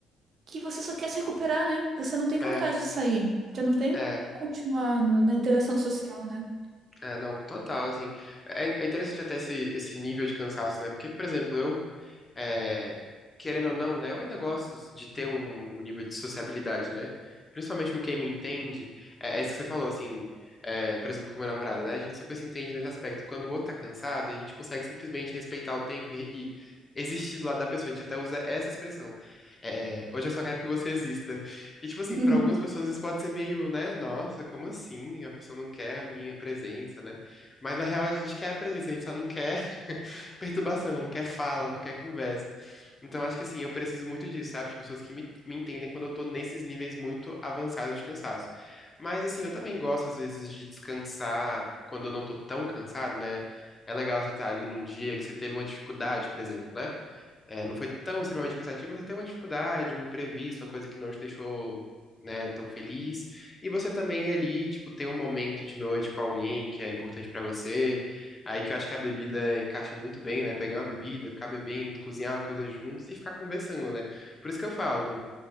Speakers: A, on the right; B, on the left.
A: que você só quer se recuperar, né? Você não tem vontade
B: É,
A: de sair, você não tem
B: é.
A: continuar no- na interação social, né?
B: É, não, total, assim, é, é interessante até esse, esse nível de cansaço, né, porque, por exemplo, eu, é, querendo ou não, né, eu ainda gosto de ter um um nível de sociabilidade, né, principalmente com quem me entende, é, é isso que você falou, assim, é, por exemplo, com meu namorado, né, a gente super se entende nesse aspecto, quando o outro tá cansado, a gente consegue simplesmente respeitar o tempo e, e existir do lado da pessoa, a gente até usa essa expressão, é, hoje eu só quero que você exista, e, tipo assim,
A: <laughs>
B: pra algumas pessoas isso pode ser meio, né? Nossa, como assim? A pessoa não quer a minha presença, né? Mas na real a gente quer a presença, a gente só não quer <laughs> perturbação, não quer fala, não quer conversa. Então acho que assim, eu preciso muito disso, sabe? De pessoas que me, me entendem quando eu tô nesses níveis muito avançados de cansaço. Mas assim, eu também gosto às vezes de descansar quando eu não tô tão cansado, né? É legal você estar ali num dia que você teve uma dificuldade, por exemplo, né? É, não foi tão extremamente cansativo, mas tem uma dificuldade, um imprevisto, uma coisa que não te deixou, né, tão feliz. E você também ali, tipo, tem um momento de noite com alguém que é importante pra você. Aí que eu acho que a bebida encaixa muito bem, né? Pegar uma bebida, ficar bebendo, cozinhar uma coisa juntos e ficar conversando, né? Por isso que eu falo,